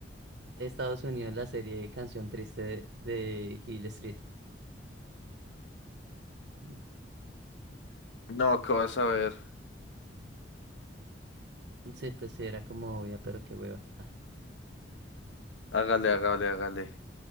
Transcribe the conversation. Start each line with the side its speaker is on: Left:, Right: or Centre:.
Right: Estados Unidos la serie Canción Triste de Hill Street? Mm,
Left: No, qué vas a ver.
Right: Sí, pues sí, era como obvia, pero qué hueva. <laughs>
Left: Hágale, hágale, hágale.